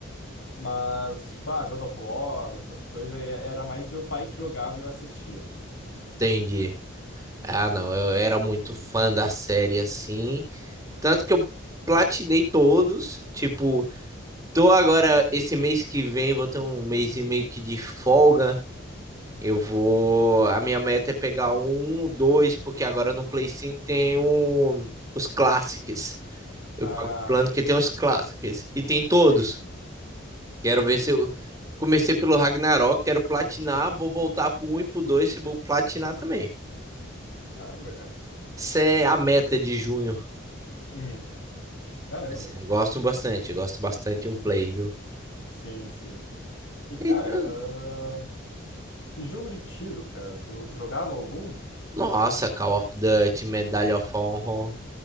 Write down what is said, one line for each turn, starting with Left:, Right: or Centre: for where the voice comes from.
Left: mas, tipo, ah, God of War, essas coisas, e era mais meu pai que jogava e eu assistia.
Right: entendi. Ah, não, eu era muito fã da série assim. Tanto que eu platinei todos. Tipo, tô agora, esse mês que vem, vou ter um mês e meio que de folga. Eu vou. A minha meta é pegar um, dois, porque agora no Play 5 tem o, os clássicos. Eu
Left: Ah,
Right: pago o plano que tem os clássicos. E tem todos.
Left: sim,
Right: Quero ver
Left: sim.
Right: se eu. Comecei pelo Ragnarok, quero platinar, vou voltar pro um e pro 2 e vou platinar também.
Left: Caramba, cara.
Right: Essa é a meta de junho.
Left: Uhum. Caramba.
Right: Assim, gosto bastante, gosto bastante de um play, viu?
Left: Sim, sim. E, cara,
Right: E tem um-
Left: ahn, e jogo de tiro, cara, tu, tu jogava algum?
Right: Nossa, Call of Duty, Medalha of Honor,